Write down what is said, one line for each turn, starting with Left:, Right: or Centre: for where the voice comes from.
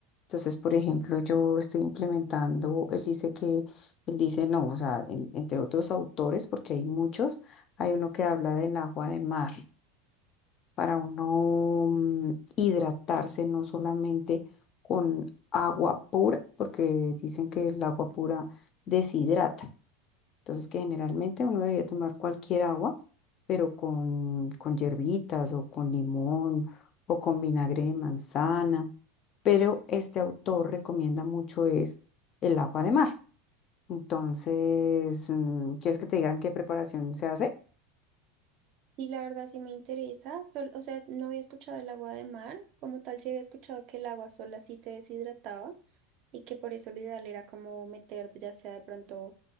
Left: Entonces, por ejemplo, yo estoy implementando, él dice que, él dice no, o sea, en- entre otros autores, porque hay muchos, hay uno que habla del agua de mar, para uno mm, hidratarse no solamente con agua pura, porque dicen que el agua pura deshidrata entonces, que generalmente uno debería tomar cualquier agua, pero con, con hierbitas o con limón o con vinagre de manzana. Pero este autor recomienda mucho es el agua de mar. Entonces, mm, ¿quieres que te digan qué preparación se hace?
Right: Sí, la verdad sí me interesa. Sol, o sea, no había escuchado el agua de mar. Como tal, sí había escuchado que el agua sola sí te deshidrataba y que por eso lo ideal era como meter, ya sea de pronto